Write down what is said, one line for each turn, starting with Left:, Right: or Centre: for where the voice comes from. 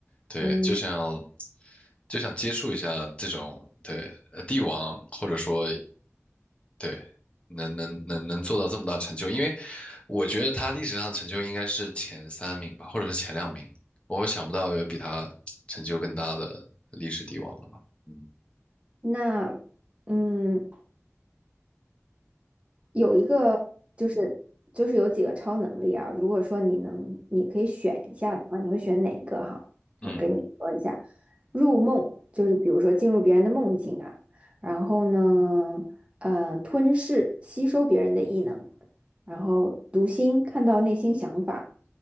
Left: 对，
Right: 嗯，
Left: 就想就想接触一下这种对呃帝王，或者说对能能能能做到这么大成就，因为我觉得他历史上的成就应该是前三名吧，或者是前两名，我想不到有比他成就更大的历史帝王了吧。嗯
Right: 那嗯，有一个就是就是有几个超能力啊，如果说你能，你可以选一下的话，你会选哪个哈？
Left: 嗯，
Right: 我跟你说一下，入梦就是比如说进入别人的梦境啊，然后呢，呃，吞噬吸收别人的异能，然后读心看到内心想法，